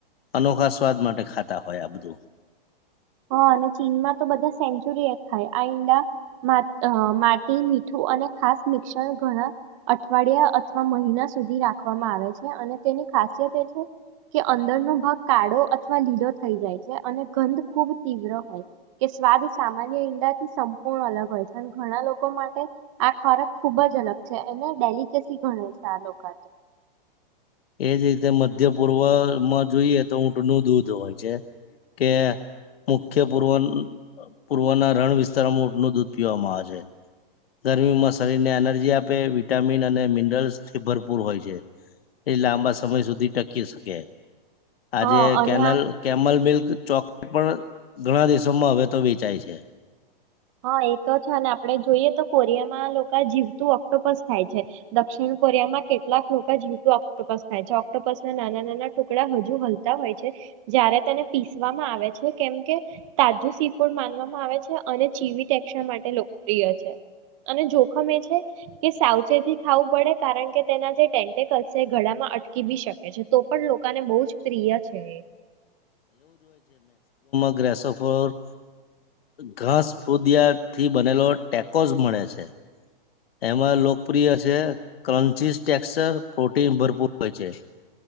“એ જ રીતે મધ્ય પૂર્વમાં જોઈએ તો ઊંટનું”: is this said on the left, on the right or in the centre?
Left